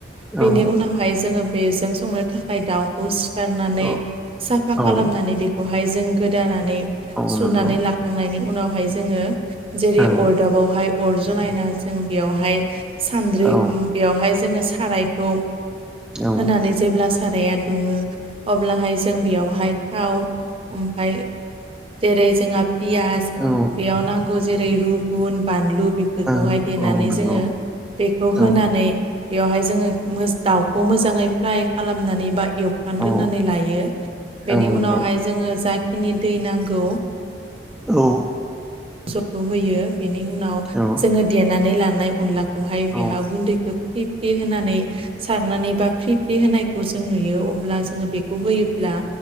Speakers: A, on the right; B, in the centre.
A: बेनि
B: औ
A: उनावहाय जोङो बेजों संनो थाखाय दाउखौ सिथारनानै
B: औ
A: साफा
B: औ
A: खालामनानै बेखौहाय जों गोदानानै
B: औ
A: सुनानै
B: नंगौ
A: लाखांनायनि उनावहाय जोङो जेरै
B: औ
A: अरदाबावहाय अर जनायना जों बेयावहाय सान्द्रि
B: औ
A: उम बेवहाय जोङो सारायखौ
B: औ
A: होनानै जेब्ला साराया दुङो अब्लाहाय जों बेयावहाय थाव ओमफाय जेरै जोंहा पियास
B: औ
A: बेयाव नांगौ जेरै रुगुन बानलु बेफोरखौहाय
B: औ
A: देनानै
B: औ नंगौ
A: जोङो बेखौ
B: औ
A: होनानै बेवहाय जोङो मोज दाउखौ मोजाङै फ्राय खालामनानै बा एवफ्रानग्रोनानै
B: औ
A: लायो। बेनि
B: औ नंगौ
A: उनावहाय जोङो जाखिनि दै नांगौ
B: औ।
A: जग' होयो बेनि उनाव
B: नोंथां।
A: जोङो देनानै लानाय अनलाखौहाय
B: औ
A: बेहा गुन्दैखो फ्रि फ्रि होनानै सारनानै बा फ्रि फ्रि होनायखौ जों नुयो। अब्ला जोङो बेखौ होयोब्ला